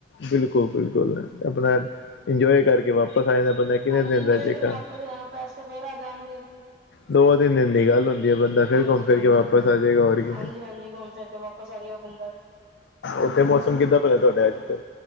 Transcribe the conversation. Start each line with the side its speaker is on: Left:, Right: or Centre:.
Left: ਬਿਲਕੁਲ ਬਿਲਕੁਲ ਆਪਣਾ ਇੰਜੋਏ ਕਰਕੇ ਵਾਪਸ ਆ ਜਾਂਦਾ ਬੰਦਾ- ਕਿੰਨੇ
Right: ਹਾਂਜੀ
Left: ਦਿਨ
Right: ਇੰਜੋਏ
Left: ਰਹਿ ਜਾਏਗਾ
Right: ਕਰਕੇ ਵਾਪਸ ਜਾਣਾ ਪੈਸੇ ਤਾਂ ਫੇਰ ਆ ਜਾਣਗੇ-
Left: ਦੋ ਤਿੰਨ ਦਿਨ ਦੀ ਗੱਲ ਹੁੰਦੀ- ਜੇ ਬੰਦਾ ਫਿਰ
Right: ਹਾਂਜੀ
Left: ਘੁੰਮ ਫਿਰ
Right: ਹਾਂਜੀ
Left: ਕੇ ਵਾਪਸ ਆ ਜਾਏਗਾ ਹੋਰ ਕੀ-
Right: ਹਾਂਜੀ ਹਾਂਜੀ ਘੁੰਮ ਫਿਰ ਕੇ ਵਾਪਸ ਆ ਜਾਏਗਾ ਬੰਦਾ ਵੀ
Left: ਉੱਥੇ ਮੌਸਮ ਕਿੱਦਾਂ ਭਰਿਆ ਤੁਹਾਡਾ ਅੱਜ ਫਿਰ